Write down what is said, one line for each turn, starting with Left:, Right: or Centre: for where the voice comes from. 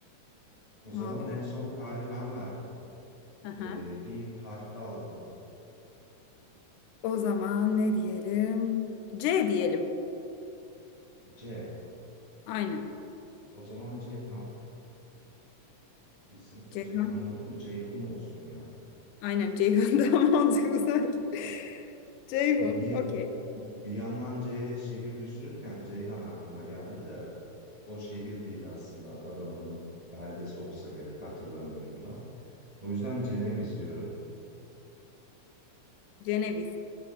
Right: O zaman
Left: Vallahi.
Right: en son K'yı ben verdim.
Left: Aha.
Right: Ee, bir harf daha alalım.
Left: O zaman ne diyelim? C diyelim.
Right: C.
Left: Aynen.
Right: O zaman Ceyhan isim.
Left: Ceyhun.
Right: Ceyhan olur mu? Ceyhun olsun ya.
Left: Aynen Ceyhun <laughs> daha mantıklı sanki. Ceyhun.
Right: Bir
Left: Okey.
Right: bir yandan C ile şehir düşünürken Ceyhan aklıma geldi de o şehir değil aslında Adana'nın beldesi olsa gerek hatırlamıyorum tam. O yüzden Ceneviz diyorum.
Left: Ceneviz.